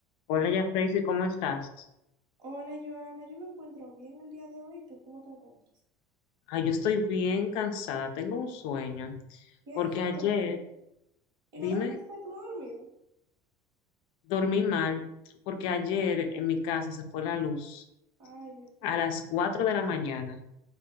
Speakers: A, on the left (about 55°); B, on the right (about 50°).
A: Hola, ya Tracy, ¿cómo estás?
B: Hola Joana, yo me encuentro bien el día de hoy. ¿Tú cómo te encuentras?
A: Ay, yo estoy bien cansada, tengo un sueño,
B: ¿Qué?
A: porque
B: ¿Qué
A: ayer,
B: pasó? ¿Y
A: dime,
B: no dormiste? ¿Tú no has dormido?
A: dormí mal, porque ayer en mi casa se fue la luz
B: Ay, Dios mío.
A: a las 4 de la mañana.